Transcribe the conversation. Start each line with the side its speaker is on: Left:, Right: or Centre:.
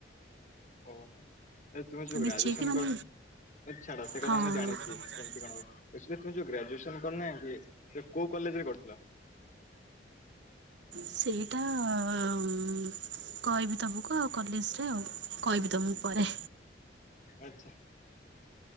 Left: ଓହ ଏ ତୁ ଯୋଉ ଗ୍ରାଜୁଏସନ
Right: ମିଶେଇକି ମାନେ
Left: କରିଛୁ ଏ ଛାଡ ସେ କଥା
Right: ହଁ।
Left: ମୁଁ ଜାଣିଛି। ସେମତି କଣ ହୁଏ, ଏ ଶୁଣେ ତୁ ଯୋଉ ଗ୍ରାଜୁଏନ କରିନ କି ତ କୋଉ କଲେଜରେ କରିଥିଲ?
Right: ସେଇଟା ଉଁ କହିବି ତମକୁ ଆଉ କଲେଜରେ ଆଉ କହିବି ତମକୁ ପରେ।
Left: ଆଛା